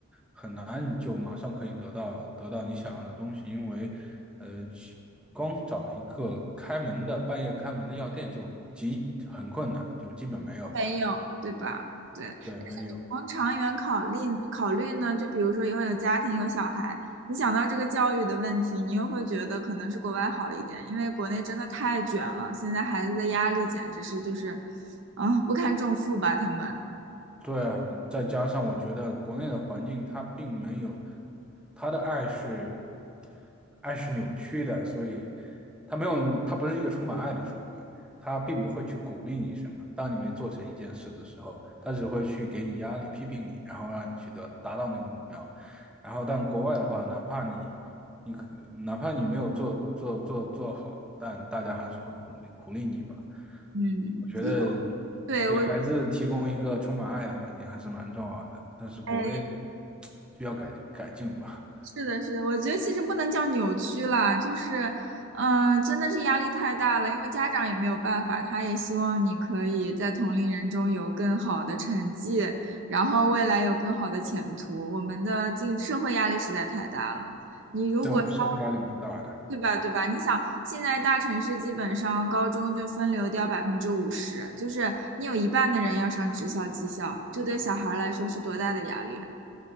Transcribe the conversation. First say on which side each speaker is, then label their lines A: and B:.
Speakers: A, in the centre; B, on the right.
A: 很难你就马上可以得到得到你想要的东西，因为呃，去光找一个开门的半夜开门的药店就极很困难，就基本没有吧。
B: 都没有，对吧？对。
A: 对，没有。
B: 从长远考虑考虑呢，就比如说以后有家庭有小孩，你想到这个教育的问题，你又会觉得可能是国外好一点，因为国内真的太卷了，现在孩子的压力简直是就是，啊，不堪重负吧，他们。
A: 对啊，再加上我觉得国内的环境它并没有，他的爱是爱是扭曲的，所以它没有，它不是一个充满爱的社会，它并不会去鼓励你什么。当你没做成一件事的时候，它只会去给你压力、批评你，然后让你去得达到那个目标。然后，但国外的话，哪怕你你可哪怕你没有做做做做好，但大家还是会鼓励鼓励你吧。
B: 嗯，
A: 我觉得
B: 对，
A: 给孩子提供一个充满爱的环境还是蛮重要的，
B: 我，
A: 但是国内
B: 哎，
A: <tsk> 需要改改进吧，
B: 是的，是的，我觉得其实不能叫扭曲啦，就是，嗯、真的是压力太大了，因为家长也没有办法，他也希望你可以在同龄人中有更好的成绩，然后未来有更好的前途。我们的进社会压力实在太大了，你如果稍微
A: 在我们社会压力蛮大的。
B: 对吧，对吧？你想，现在大城市基本上高中就分流掉百分之五十，就是你有一半的人要上职校、技校，这对小孩来说是多大的压力啊！